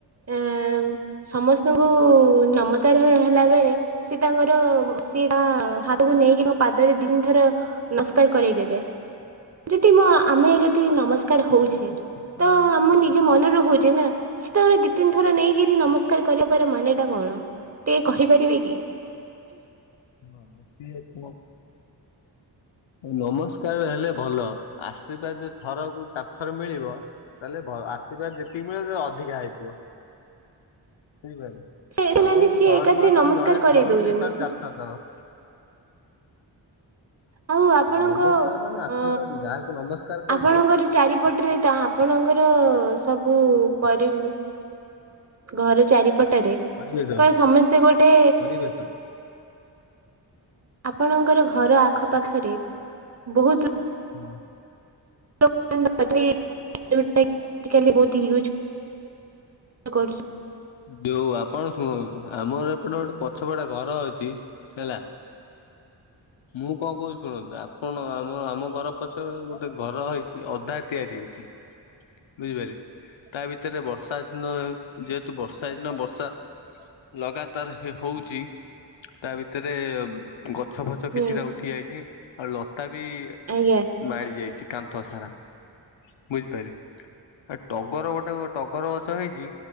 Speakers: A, on the right; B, on the left.
A: ଅ <unintelligible> ସମସ୍ତଙ୍କୁ ନମସ୍କାର ହେଲା ବେଳେ ସିଏ ତାଙ୍କର ସି ତା ହାତକୁ ନେଇକି ମୋ ପାଦରେ ତିନିଥର ନମସ୍କାର କରେଇଦେବେ ଯଦି ମୋ ଆମେ ଯଦି ନମସ୍କାର ହଉଛେ
B: ତ ଛୋଟ
A: ତ ଆମ ନିଜ ମନରେ ହଉଛେ ନା, ସେତେବେଳେ ଦି ତିନ ଥର ନେଇକିରି ନମସ୍କାର କରିବାର ମାନେ ଟା କଣ ଟିକେ କହିପାରିବେ କି?
B: ହଁ <unintelligible> ନମସ୍କାର ହେଲେ ଭଲ ଆଶୀର୍ବାଦ ଥରକୁ ଚାରଥର ମିଳିବ। ତାହେଲେ ଭ ଆଶ୍ରୀବାଦ ଯେତିକି ମିଳିବ ତ ରଅଧିକା ହେଇଥିବ। ବୁଝିପାଇଲେ,
A: ସେ
B: ଆପଣଙ୍କୁ
A: ନାହାନ୍ତି ସିଏ
B: ଶହେ
A: ଏକାଥରେ
B: ଟଙ୍କା ଯଦି
A: ନମସ୍କାର
B: ଜଣେ
A: କରେଇ
B: ଥରୁ
A: ଦଉଛନ୍ତି
B: ଦି ଥର ଚାରଥର ଦଵ।
A: ଆଉ ଆପଣଙ୍କ
B: ନମସ୍କାର ମାନେ ଆଶୀର୍ବାଦ
A: ଅ
B: ଯାହାକୁ ନମସ୍କାର କରିବ
A: ଆପଣଙ୍କର ଚାରିପଟରେ ତାହା ଆପଣଙ୍କର ସବୁ ପରି ଘର ଚାରିପଟ <unintelligible>
B: ପରିବେଶ
A: କଣ ସମସ୍ତେ ଗୋଟେ
B: ପରିବେଶ
A: ଆପଣଙ୍କର ଘର ଆଖପାଖରେ ବହୁତ
B: ହଁ ଅଁ
A: ଯୋଉଟା ଆଜି କାଲି ବହୁତ ୟୁଜ କରୁ
B: ଯୋଉ ଆପଣ ଶୁଣନ୍ତୁ ଆମର ଏପଟେ ଗୋଟେ ପଛପଟେ ଘର ଅଛି। ହେଲା ମୁଁ କଣ କହୁ ଶୁଣନ୍ତୁ ଆପଣ ଆମ ଆମ ଘର ପଛ ଗୋଟେ ଘର ହେଇ ସେ ଅଧା ତିଆରି ହେଇଛି ବୁଝିପାରିଲେ, ତା ଭିତରେ ବର୍ଷା ଦିନ ଯେ, ବର୍ଷା ଦିନ ବର୍ଷା ଲଗାତାର ହଉଛି ତା ଭିତରେ ଗଛ ଫଛ
A: ହୁଁ
B: କିଛିଟା ଉଠି ଯାଇଛି ଆଉ ଲତା ବି
A: ଆଜ୍ଞା
B: ମାରି ଯାଇଛି। କାନ୍ଥ ସାରା। ବୁଝିପାରିଲେ ଆ ଟଗର ଗୋଟେ ଟଗର ଗଛ ହେଇଛି,